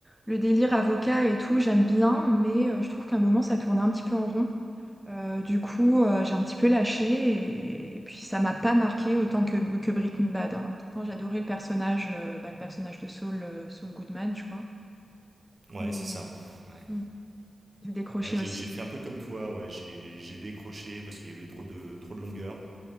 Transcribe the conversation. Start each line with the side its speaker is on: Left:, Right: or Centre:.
Centre: le délire avocat et tout, j'aime bien, mais euh, je trouve qu'à un moment, ça tournait un petit peu en rond. Euh, du coup, euh, j'ai un petit peu lâché et, et puis ça m'a pas marqué autant que, que Breaking Bad. hein. Pourtant, j'adorais le personnage, euh, bah, le personnage de Saul, euh, Saul Goodman, je crois.
Right: Ouais,
Centre: Mais
Right: c'est ça. Ouais.
Centre: Mm. Je décrochais
Right: Moi, j'ai
Centre: aussi.
Right: j'ai fait un peu comme toi, ouais, j'ai j'ai décroché parce qu'il y avait trop de, trop de longueur,